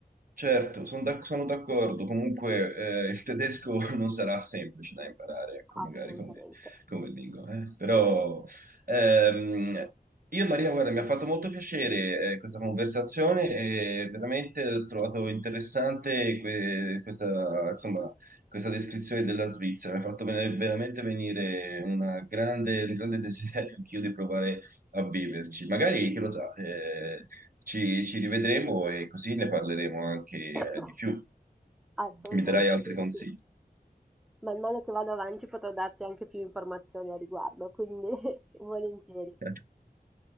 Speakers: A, on the right; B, in the centre.
A: Certo, son d'ac- sono d'accordo. Comunque, eh, il tedesco <laughs> non sarà semplice da imparare, ecco, magari
B: assolutamente.
A: come, come lingua. eh. Però, ehm, io, Maria, guarda, mi ha fatto molto piacere, eh, questa conversazione e veramente ho trovato interessante que- questa, insomma, questa descrizione della Svizzera. Mi ha fatto ven- veramente venire una grande, un grande desiderio anch'io di provare a viverci. Magari, chi lo sa, eh, ci, ci rivedremo e così ne parleremo anche eh,
B: <coughs>
A: di più.
B: Assolutamente
A: Mi darai altri consigli.
B: sì. Man mano che vado avanti potrò darti anche più informazioni a riguardo, quindi <laughs> volentieri.
A: <laughs>